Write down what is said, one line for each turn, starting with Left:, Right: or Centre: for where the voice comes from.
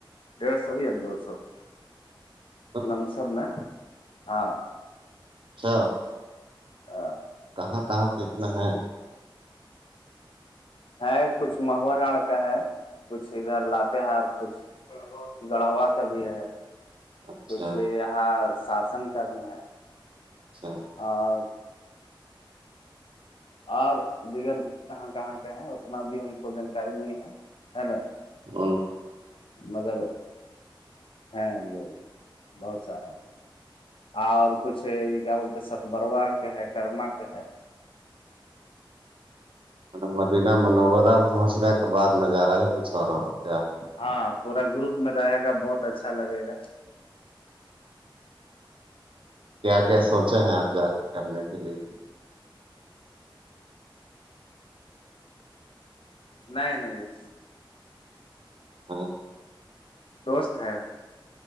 Left: ڈیھ سو یا دو سو
Right: ددد
Left: لم سم ن ہاں
Right: ہاں
Left: ہاں
Right: کہاں کہاں سے اتنا ہے
Left: ہے کچھ مہوا ڈڑ کا ہے کچھ ادھر لاتہار کچھ گڑھووا کا بھی ہے
Right: اچھا
Left: کچھ یہاں شاسن کا بھی ہے
Right: اچھا
Left: اور اور دیگر کہاں کہاں کے ہیں اتنا بھی ہم کو جانکاری نہیں ہے نا
Right: ہ
Left: مگر ہاں ب ب سارا اور کچھ یہ کیا بولتے ستبروا کے ہے کرما کے ہے
Right: م مدینہ منوررہ پہنچنے کے بد نظارہ ہی کچھ ہو رہا کیا
Left: ہاں پورا گروپ میں رہے گا بہت اچھا لگے گا
Right: کیا کیا سوچے ہیں آپ جا کے کرنے کے لیے
Left: نہیں نہیں
Right: ہاں
Left: دوست ہیں